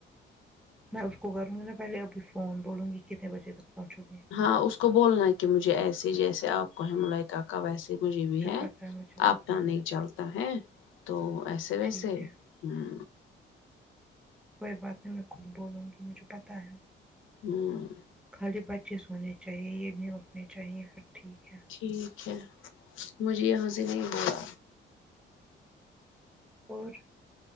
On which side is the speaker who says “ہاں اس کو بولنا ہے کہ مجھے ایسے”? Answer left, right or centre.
Left